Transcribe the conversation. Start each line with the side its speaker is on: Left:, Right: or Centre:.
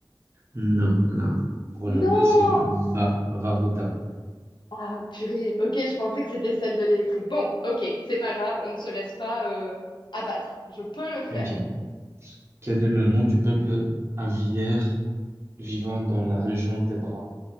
Right: Non, là, pour
Left: Non!
Right: le coup, c'est Va Varuta.
Left: Ah, purée. Ok, je pensais que c'était celle de l'électrique. Bon, ok, c'est pas grave, on ne se laisse pas euh, abattre. Je peux le faire.
Right: Ok. Quel est le nom du peuple aviaire vivant dans la région des bras?